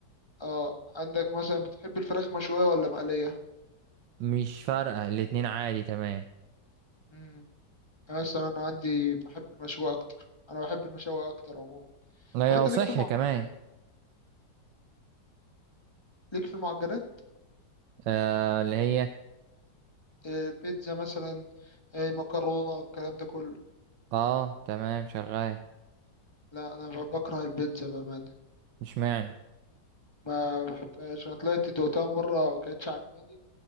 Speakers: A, on the left; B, on the right.
A: اه عندك مثلا بتحب الفراخ مشويه ولا مقليه
B: مش فارقه الاتنين عادي تمام
A: امم مثلا انا عندي بحب المشويه اكتر انا بحب المشويه اكتر عموما
B: لا
A: طب
B: يا
A: انت ليك
B: صح
A: في المعجنات
B: كمان
A: ليك في المعجنات
B: آه اللي هي
A: آه، بيتزا مثلا آه، مكرونه الكلام ده كله
B: اه تمام شغال
A: لا انا بكره البيتزا بامانه
B: مش معنى
A: ما بحبهاش انا طلعت دوقتها مره ما كانتش عجباني